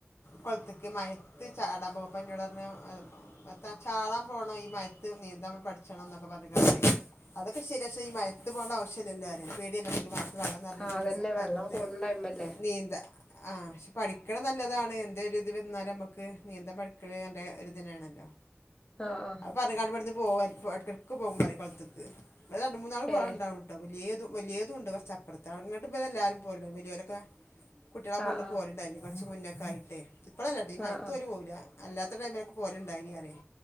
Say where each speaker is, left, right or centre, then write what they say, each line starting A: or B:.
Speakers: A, on the left (about 85°); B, on the left (about 20°).
A: കൊൾത്ത്ക്ക് മഴത്ത് ചാടാൻ പോവും അപ്പ ഇന്നോട് പർഞ്ഞു എത്താ ചാടാൻ പോണം, ഈ മഴത്ത് നീന്തം പഠിച്ചണം എന്നൊക്കെ പറഞ്ഞ്കാണ്ടെ അതൊക്കെ ശരിയ, പക്ഷെ ഈ മഴത്ത് പോവണ്ട ആവിശ്യല്ലല്ലോ പറയ, പേടിയല്ലേ നമ്മക്ക് ഈ മഴ ത്ത് വെള്ളം നർഞ്ഞിക്ക്‌ണ
B: ആഹ് അതന്നെ
A: സമയത്ത്
B: വെള്ളം കൂടുന്ന ടൈമല്ലേ
A: നീന്ത. ആഹ് പക്ഷെ പഠിക്കണത് നല്ലതാണ്, എന്തെ ഒരു ഇത് വന്നാല് നമ്മക്ക് നീന്തം പഠിക്കണത് നല്ല ഒരുരിതിനാണല്ലോ?
B: ആഹ് ആഹ്
A: പറഞ്ഞികാണ്ട് ഇവട്ന്ന് പോവും എടക്കെടക്ക് പോകും പറിയും കൊളത്ത്ക്ക്. ഇവിടെന്ന് രണ്ട് മൂന്നാല് കൊളംണ്ടാണും
B: ഏഹ്
A: വല്ല്യേതും വല്യേതുംണ്ട് കൊർച്ചപ്പുറത്ത്, അങ്ങട്ട് ഇബരെല്ലാരും പോവല്ണ്ട് വല്ല്യോരൊക്കെ. കുട്ടിയളെ കൊണ്ട്
B: ആഹ് ആഹ്
A: പോവല്ണ്ടായിനി കൊറച്ച് മുന്നൊക്കായിട്ടെ ഇപ്പളല്ലട്ടോ ഈ മയത്ത്
B: ആഹ് ആഹ്
A: ഓര് പോവുല അല്ലാത്ത ടൈമിലൊക്കെ പോല്ണ്ടായിനി പറിയെ